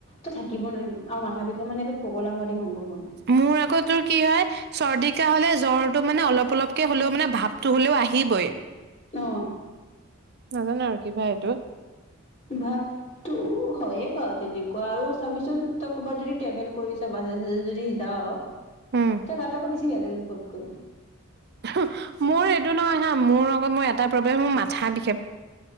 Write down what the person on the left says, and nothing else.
তো থাকিব নোৱাৰিম আৰু মাথা বিষু মানেগাোৱাদদি সংগম হয়
আহ
ভাবতো হয়ে বাৰু তেনে কোৱা আৰু ছাবিশন ক'ৰবাত যদি ট্ৰেভেল কৰিছ বাছে চাছে যদি যাওঁ। এতিয়া
গাতে আকৌ বেছি বেয়া লাগে জোখত <inaudible>